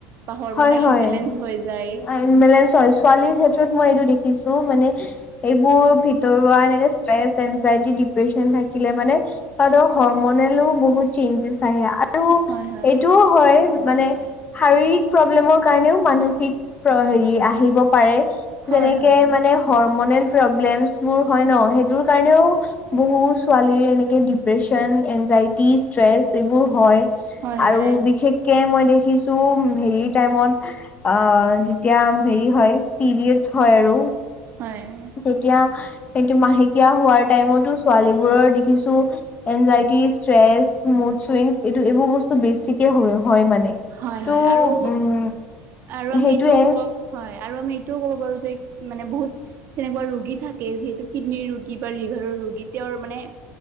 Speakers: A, on the right; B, on the left.
A: বা হৰমনেল
B: হয়ঁ হয়ঁ
A: ইমবেলেঞ্চ হৈ যায়
B: বেলেঞ্চ হয়ঁ ছোৱালীৰ ক্ষেত্ৰত মই এইটো দেখিছো মানে- এইবোৰ ভিতৰুৱা এনেকে ষ্ট্ৰে এনজাইটি ডিপ্ৰেচন থাকিলে মানে- তাদৰ হৰমনেলোও বহুত চেঞ্জেছ আহে। আৰু
A: হয় হয়
B: এইটোও হয়ঁ মানে শাৰীৰিক- প্ৰব্লেমৰ কাৰণেও মানসিক হেৰি আহিব পাৰে
A: হয়
B: যেনেকে
A: হয়
B: মানে- হমনেল প্ৰব্লেমছোৰ হয়ঁ ন সেইটোৰ কাৰণেও- বহু ছোৱালীৰ এনেকে ডিপ্ৰেচন এনজাইটি ষ্ট্ৰেচ এইবোৰ হয়ঁ।
A: হয় হয় হয় হয়
B: আৰু বিশেষকে মই দেখিছোঁ উমঁ! হেৰি টাইমত অঁ যেতিয়া হেৰি হয়ঁ পিৰিয়ড হয়ঁ আৰু।
A: হয়ঁ!
B: তেতিয়া সটো মাহেকীয়া হোৱাৰ টাইমতো ছোৱালীবোৰৰ দেখিছোঁ। এনজাইটি ষ্ট্ৰেচ মুড চুইং এইটো এইবোৰ বস্তু বেছিকে হয় মানে-
A: হয়ঁ
B: ত'
A: হয়ঁ আৰু-
B: উম
A: আৰু আমি
B: সেইটোয়ে
A: এইটোও ক'ব হয় আৰু আমি এইটোও ক'ব পাৰোঁ যে মানে বহুত- তেনেকুৱা ৰোগী থাকে যিহেতু কিডনীৰ ৰোগী বা লিভাৰৰ ৰোগী তেওঁৰ মানে-